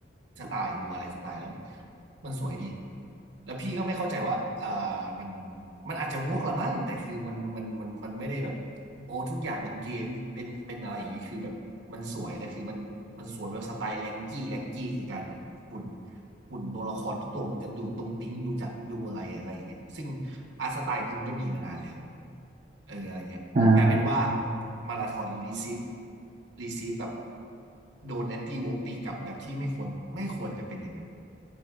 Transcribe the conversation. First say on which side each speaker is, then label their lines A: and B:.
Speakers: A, on the right; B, on the right.
A: สไตล์ดูอะไรสไตล์แล้วมันมันสวยดีแล้วพี่ก็ไม่เข้าใจว่าเอ่อมันมันอาจจะวกละมั้งแต่คือมันมันมันมันไม่ได้แบบโอ้ทุกอย่างเป็นเกย์ทุกเป็นเป็นอะไรอย่างนี้คือแบบมันสวยแต่คือมันมันสวยแบบสไตล์แรงกี้แรงกี้คือการแบบคุณคุ่นตัวละครทุกตัวมันจะดูตุ้งติ้งดูจับดูอะไรอะไรอย่างเงี้ยซึ่งอาร์ตสไตล์นี้มันก็มีมานานแล้วเอออะไรเงี้ย
B: อ่า
A: กลายเป็นว่ามาราธอนรีซีฟรีซีฟแบบโดนแอนตี้วอล์กตีกลับแบบที่ไม่ควรไม่ควรจะเป็นอย่างนั้น